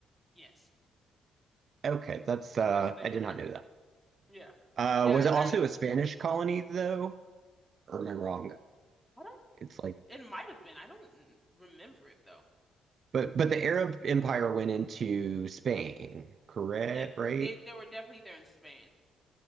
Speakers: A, in the centre; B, on the right.
A: yes.
B: Okay, that's uh
A: Yes, they
B: I
A: were.
B: did not know that.
A: Yeah.
B: Uh,
A: Yeah,
B: was
A: I,
B: it
A: I
B: also a Spanish colony though? Or am I wrong?
A: I don't
B: It's like
A: It might have been. I don't n- remember it though.
B: but but the Arab Empire went into Spain, correct?
A: Yet
B: Right?
A: they they were definitely there in Spain.